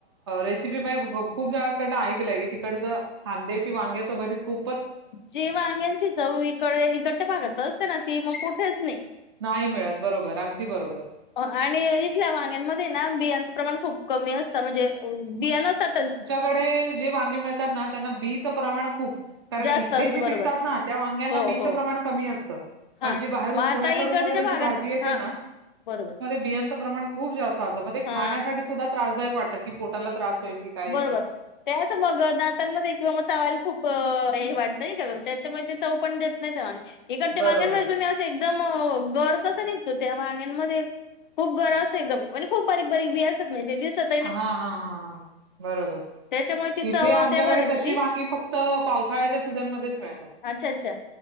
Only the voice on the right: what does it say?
रेसिपी म खूप जणांकडनं ऐकलंय की तिकडच खांद्याशी वांग <unintelligible> री खू
नाही मिळत बरोबर अगदी बरोबर
डे जे वांगी मिळतात ना त्यांना बीचं प्रमाण खूप <unintelligible> कारण
इथे
जी
पिकतात ना त्या वांग्यांना
बीचं
प्रमाण कमी असतं
पण जी बाहेरून
पुण्याकडून
वगैरे
जी भाजी
त्या
बिच प्रमाण खप जात असत
खाण्या सुा <unintelligible> त्रासदायक वाटत की पोटाला त्रास होईल की काय
याचा
बरोबर
हा हा हा हा बरोबर
इथे आमच्याकडे
तशी वांगी फक्त पावसाळ्याच्या सीझनमध्येध्येच मिळतात